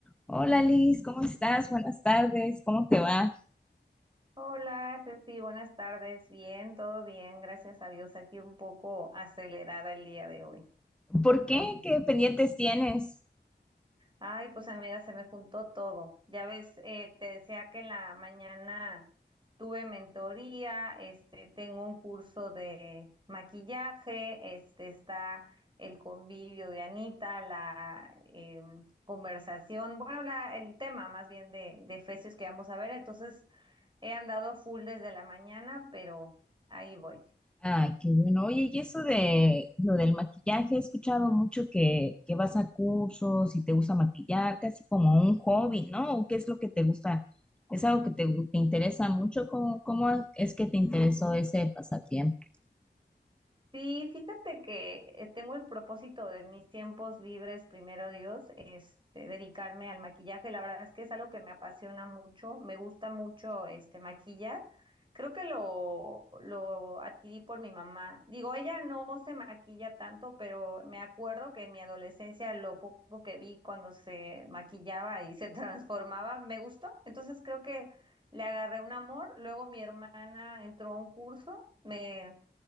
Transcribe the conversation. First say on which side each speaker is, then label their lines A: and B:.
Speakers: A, in the centre; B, on the right.
A: Hola Liz, ¿cómo estás? Buenas tardes, ¿cómo te va?
B: Hola, Ceci, buenas tardes. Bien, todo bien, gracias a Dios. Aquí un poco acelerada el día de hoy,
A: ¿Por qué?
B: porque
A: ¿Qué pendientes tienes?
B: Ay, pues amiga, se me juntó todo. Ya ves, eh, te decía que en la mañana tuve mentoría, este, tengo un curso de maquillaje, este, está el convivio de Anita, la em, conversación, bueno, la, el tema más bien de, de Efesios que vamos a ver. Entonces, he andado full desde la mañana, pero ahí voy.
A: Ay, qué bueno. Oye, y eso de lo del maquillaje, he escuchado mucho que, que vas a cursos y te gusta maquillar, casi como un hobby, ¿no? ¿O ¿Qué es lo que te gusta? ¿Es algo que te, gu- te interesa mucho? ¿Cómo, cómo es que te interesó ese pasatiempo?
B: Sí, fíjate que eh, tengo el propósito de en mis tiempos libres, primero Dios, este, dedicarme al maquillaje. La verdad es que es algo que me apasiona mucho, me gusta mucho este maquillar. Creo que lo, lo adquirí por mi mamá. Digo, ella no se maquilla tanto, pero me acuerdo que en mi adolescencia lo poco que vi cuando se maquillaba y se <laughs> transformaba, me gustó. Entonces creo que le agarré un amor. Luego mi hermana entró a un curso, me